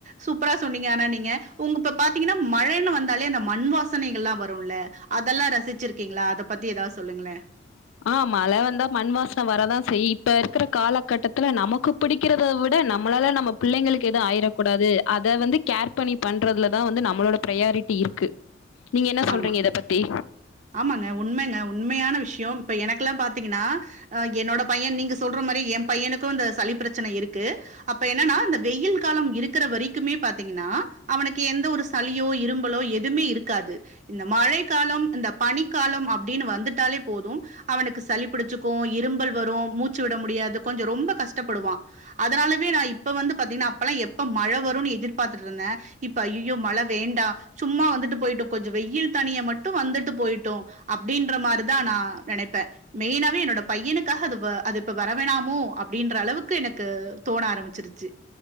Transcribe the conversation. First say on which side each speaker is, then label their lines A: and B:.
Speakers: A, on the right; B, on the left.
A: சூப்பரா சொன்னீங்க ஆனா நீங்க உங்கப்பப் பாத்தீங்கனா மழைனு வாந்தாலே அந்த மண் வாசனைகளெல்லா வரும்ல அதல்லா ரசிச்சிருக்கீங்களா அத பத்தி ஏதாவது சொல்லுங்களே
B: ஆ மழ வந்தா மண் வாசன வரதா செய்யு இப்ப இருக்குற காலகட்டத்துல நமக்கு புடிக்கிறத விட நம்மளால நம்ம புள்ளைங்களுக்கு எது ஆயிரக்கூடாது அத வந்து கேர் பண்ணி பண்றதுலதா வந்து நம்மளோட ப்ராயாரிட்டி இருக்கு நீங்க என்ன சொல்றீங்க
A: ஆமா
B: இத பத்தி
A: ஆமாங்க உண்மங்க உண்மையான விஷயோ இப்ப எனக்கெல்லா பாத்தீங்கன்னா என்னோட பையன் நீங்க சொல்ற மாரி எம் பையனுக்கு இந்த சளி பிரச்சன இருக்கு அப்போ என்னன்னா இந்த வெயில் காலம் இருக்குற வரைக்குமே பாத்தீங்கன்னா அவனுக்கு எந்த ஒரு சளியோ இரும்பலோ எதுமே இருக்காது இந்த மழை காலோம் இந்த பனிக்காலோம் அப்டின்னு வந்துட்டாலே போது அவனுக்கு சளிபிடிச்சுக்கு இரும்பல் வரு மூச்சு விட முடியாது கொஞ்சோ ரொம்ப கஷ்டப்படுவா அதனாலவே நா இப்ப வந்து பாத்தீங்கன்னா அப்பல்லா எப்ப மழைன வரும்னு எதிர்பார்த்துட்டு இருந்த இப்ப ஐயையோ மழ வேண்டா சும்மா வந்துட்டு போயிட்டு கொஞ்சோ வெயில் தனிய மட்டு வந்துட்டு போயிட்டு அப்டின்ற மாரிதா நா நெனைப்ப மெய்யினாவே என்னோட பையனுக்காக அது அது இப்ப வரவேணாமோ அப்டின்ற அளவுக்கு எனக்கு தோண ஆரம்மிச்சிருச்சு